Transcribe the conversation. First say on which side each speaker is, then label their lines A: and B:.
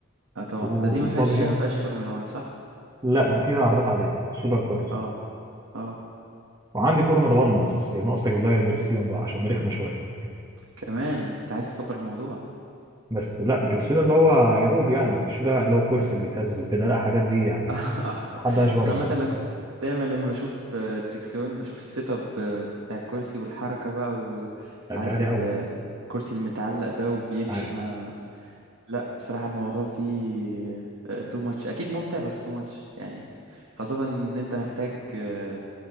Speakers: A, on the right; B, on the right.
A: اه طبعا
B: وبابجي
A: بس دي ما فيهاش ما فيهاش فورمولا 1 صح
B: لا دي فيها عربيات
A: ولا
B: عاديه سوبر كارز
A: اه اه
B: وعندي فورمولا 1 بس ناقص اجيب لها دريكسيون بقى عشان رخمه شويه
A: كمان انت عايز تكبر الموضوع
B: بس لا دريكسيون اللي هو يا دوب يعني مفيش بقى اللي هو كرسي بيتهز وكده لا الحاجات دي يعني
A: <laughs>
B: محدش
A: انا
B: بره
A: عامه
B: مثلا
A: لو كنت- دايما لما بشوف آه، دريكسيون بشوف السيت اب آه، بتاع الكرسي والحركه بقى وعارف
B: لا ده غالي
A: ال-
B: قوي
A: الكرسي المتعلق ده وبيمشي
B: عارف
A: مع لا بصراحه الموضوع فيه تو ماتش اكيد ممتع بس تو ماتش يعني خاصه ان انت محتاج آه،